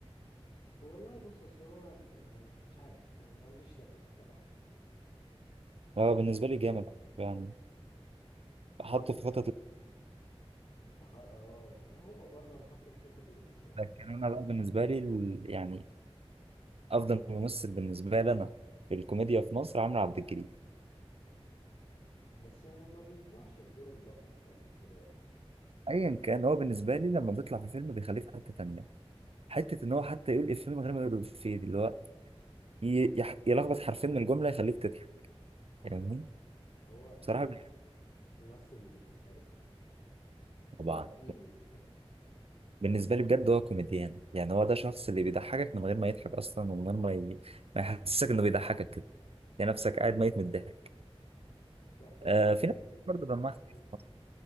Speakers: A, on the left; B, on the right.
A: والله بص أصل هو آه، مش عارف يعني ما عنديش سبب بصراحة
B: هو بالنسبة لي جامد يعني حطه
A: طب أنت
B: في خطط
A: تح... اه ما هو برضه انا حاطه في خططي بس
B: لكن انا بقى بالنسبة لي ال- يعني افضل ممثل بالنسبة لي انا في الكوميديا في مصر عمرو عبد الجليل
A: بس ما بيطلعش في دور البطل خالص دلوقتي
B: ايا كان هو بالنسبة لي لما بيطلع في فيلم بيخليه في حتة تانية حتة ان هو حتى يقول افيه من غير ما يقول افيه دي اللي هو ي- يح- يلخبط حرفين من الجملة يخليك تضحك
A: اه
B: يعني
A: هو
B: بصراحة
A: ممثل محترف على
B: طبعا
A: قديمه
B: بالنسبة لي بجد هو كوميديان يعني هو ده شخص اللي بيضحكك من غير ما يضحك أصلا ومن غير ما ي... ما يحسسك إنه بيضحكك كده يعني نفسك قاعد ميت من الضحك
A: لا بس
B: آه
A: في
B: في ناس برضه دمها
A: ممثلين
B: خفيف في مصر،